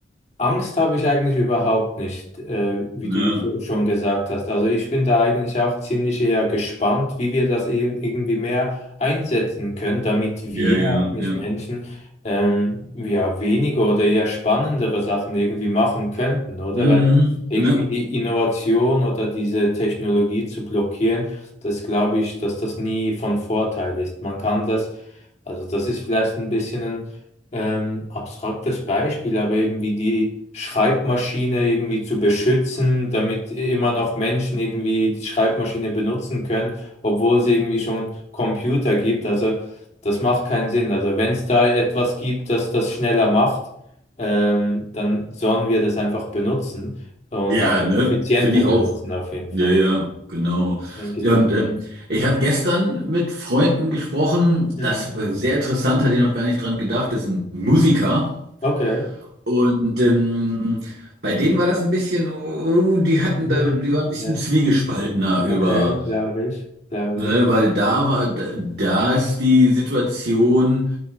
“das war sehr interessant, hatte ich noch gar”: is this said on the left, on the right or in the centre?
Right